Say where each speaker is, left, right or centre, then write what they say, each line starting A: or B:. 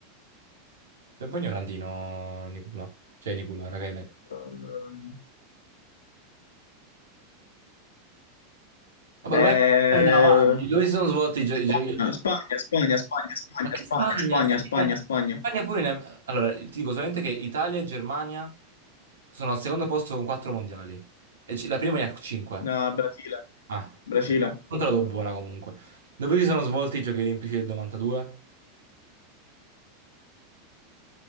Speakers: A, on the right (about 75°); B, on the left (about 75°).
A: Sei un po' ignorantino, Nicola. Cioè, Nicola, raga, hai letto.
B: Eh,
A: Vabbè,
B: Eh,
A: ormai andiamo avanti. Dove si sono svolti i gio-
B: Spagna,
A: i giochi?
B: Spagna, Spagna, Spagna, Spagna,
A: Ma che
B: Spagna,
A: Spagna?
B: Spagna,
A: Spagna,
B: Spagna, Spagna.
A: Spagna pure ne ha- Allora, ti dico solamente che Italia e Germania Sono al secondo posto con 4 mondiali. E ci- la prima ne ha 5.
B: No, Brasile,
A: Ah,
B: Brasile,
A: Sì. non te la do buona comunque. Dove si sono svolti i Giochi Olimpici del 92?